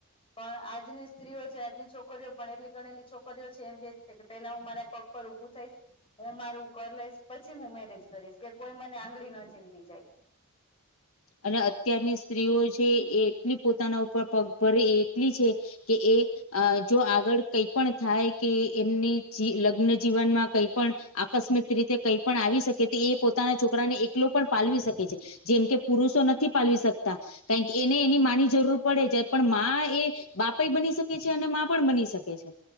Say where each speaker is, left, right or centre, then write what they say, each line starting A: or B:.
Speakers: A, on the left; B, on the left.
A: પણ આજની સ્ત્રીઓ છે, આજની છોકરીઓ ભણેલી ગણેલી છોકરીઓ છે, એમ કે કે પેલા હું મારા પગ પર ઊભું થઈશ હું મારું ઘર લઈશ પછી હું મેરેજ કરીશ કે કોઈ મને આંગળી ન ચિતી જાય
B: અને અત્યારની સ્ત્રીઓ છે, એ એટલી પોતાના ઉપર પગ ભરે એટલી છે. કે એ અ જો આગળ કઈ પણ થાય કે એમની જી લગ્ન જીવનમાં કઈ પણ આકસ્મિક રીતે કંઈ પણ આવી શકે તો એ પોતાના છોકરાને એ એકલો પણ પાલવી શકે છે, જેમ કે પુરુષો નથી પાલવી શકતા કારણ કે એને એની માની જરૂર પડે છે, પણ માં એ બાપાઈ બની શકે છે, અને માં પણ બની શકે છે.